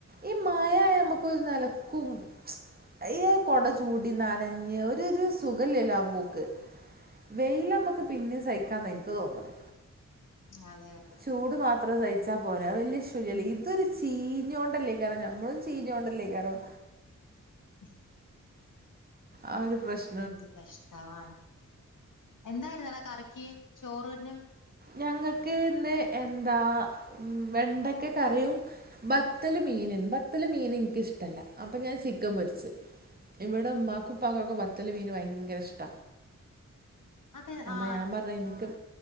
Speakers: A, on the right (about 30°); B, on the left (about 80°).
A: ഈ മഴ ആയാ നമുക്കൊരു നെലക്കും സ് ഈ കൊട ചൂടി നനഞ്ഞ് ഒരു ഒരു സുഖല്ലല്ലൊ ആ പോക്ക്. വെയിൽ നമ്മുക്ക് പിന്നെ സഹിക്കാന്ന എനിക്ക് തോന്ന്ന്നത്
B: അതെ അതെ
A: ചൂട് മാത്രം സഹിച്ചാൽ പോരെ, വലിയ ശുൽല്ലല്ലോ. ഇതൊരു ചീഞ്ഞൊണ്ടല്ലേ അയ്ക്കാരം നമ്മളും ചീഞ്ഞൊണ്ടല്ലെ അയ്ക്കാരം
B: <unintelligible>
A: ആഹ് ഒരു പ്രശ്
B: എന്ത്‌ കഷ്താവാണ് എന്തായിര്ന്ന് കറിക്ക് ചോറീന്?
A: ഞങ്ങൾക്ക് ഇന്ന് എന്താ മ് വെണ്ടക്കാ കറിയും ബത്തല് മീന്, ബത്തല് മീൻ ഇൻക്കിഷ്ട്ടല്ല. അപ്പൊ ഞാൻ ചിക്കൻ പൊരിച്ച്. ഇവിടെ ഉമാക്കും ഉപ്പാക്കും ഒക്കെ ബത്തല് മീന് ഭയങ്കര ഇഷ്ട
B: അത്
A: അതാ
B: ആ
A: ഞാ പറഞ ഇൻക്ക്